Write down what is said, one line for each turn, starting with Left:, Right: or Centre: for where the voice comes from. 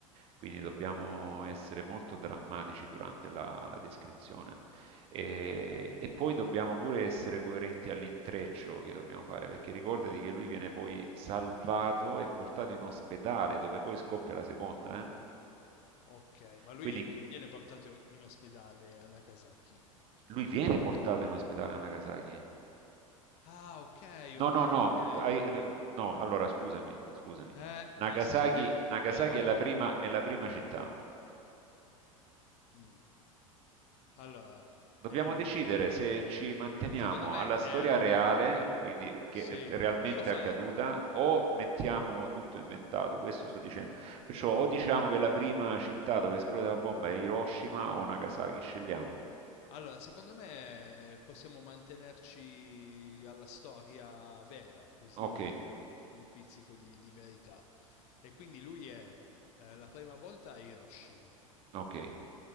Right: Quindi dobbiamo essere molto drammatici durante la, la descrizione. E, e poi dobbiamo pure essere coerenti all'intreccio che dobbiamo fare, perché ricordati che lui viene poi salvato e portato in ospedale, dove poi scoppia la seconda, eh.
Left: Ok, ma lui
Right: Quindi chi-
Left: non viene portato in ospedale a Nagasaki.
Right: lui viene portato in ospedale a Nagasaki.
Left: Ah, ok,
Right: No,
Left: ok,
Right: no, no,
Left: ok.
Right: hai- no, allora scusami, scusami.
Left: Eh, nel
Right: Nagasaki,
Left: senso che
Right: Nagasaki
Left: eravamo...
Right: è la prima, è la prima città.
Left: Mm. Allora,
Right: Dobbiamo
Left: eh,
Right: decidere se ci manteniamo
Left: Secondo me
Right: alla
Left: è...
Right: storia reale, quindi che
Left: Sì,
Right: è realmente
Left: io farei...
Right: accaduta, o mettiamo tutto inventato. Questo sto dicendo. Perciò o diciamo che la prima città dove esplode la bomba è Hiroshima o Nagasaki, scegliamo.
Left: Allora, secondo me possiamo mantenerci alla storia vera, così
Right: Ok,
Left: diamo un pizzico di, di verità. E quindi lui è eh, la prima volta a Hiroshima,
Right: ok,